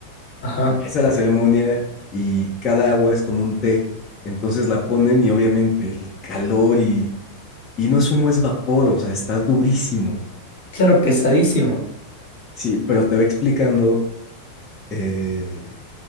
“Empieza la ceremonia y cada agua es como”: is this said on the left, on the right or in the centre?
Left